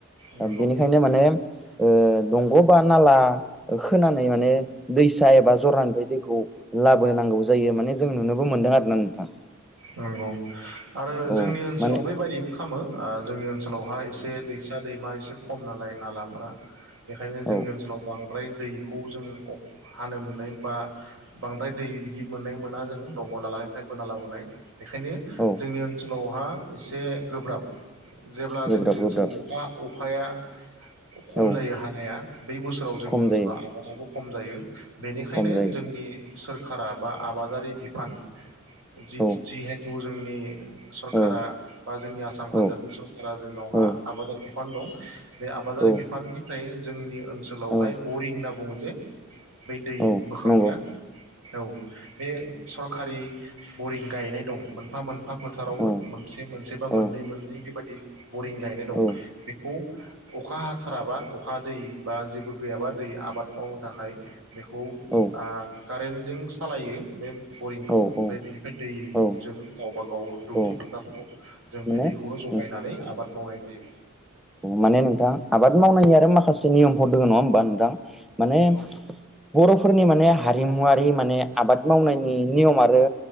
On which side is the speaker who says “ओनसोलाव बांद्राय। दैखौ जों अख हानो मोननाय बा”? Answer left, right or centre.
Right